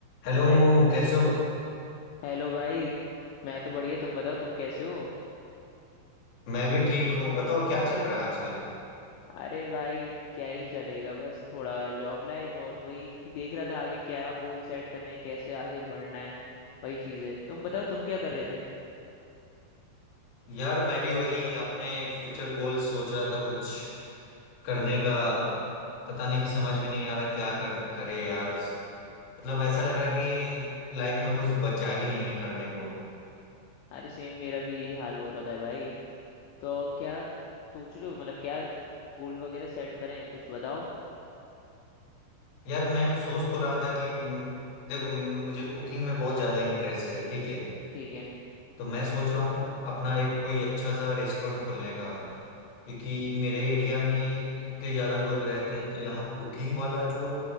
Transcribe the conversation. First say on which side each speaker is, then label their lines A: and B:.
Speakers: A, on the left; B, on the left.
A: Hello
B: हाय
A: कैसे हो
B: हेलो भाई मैं तो बढ़िया तुम बताओ तुम कैसे हो
A: मैं भी ठीक हूँ बताओ क्या चल रहा है आजकल
B: अरे भाई क्या ही चलेगा बस थोड़ा जॉब लाइफ और वही कि देख रहा था आगे क्या गोल सेट करने हैं, कैसे आगे बढ़ना है वही चीज़ है तुम बताओ तुम क्या कर रहे थे
A: यार मैं भी वही अपने फ्यूचर गोल सोच रहा था कुछ करने का पता नहीं समझ में नहीं आ रहा क्या कर, करे यार मतलब ऐसा लग रहा कि लाइफ में कुछ बचा ही नहीं है करने को
B: अरे सेम मेरा भी यही हाल हो रखा है भाई तो क्या सोच रहे हो मतलब क्या गोल वगैरह सेट करें कुछ बताओ
A: यार मैं सोच तो रहा था कि हम्म, देखो मुझे कुकिंग में बहुत ज़्यादा इंटरेस्ट है ठीक है
B: ठीक है
A: तो मैं सोच रहा हूँ अपना एक कोई अच्छा सा रेस्टोरेंट खोलने का क्योंकि मेरे एरिया में इतने ज़्यादा लोग रहते हैं तो यहाँ कुकिंग वाला जो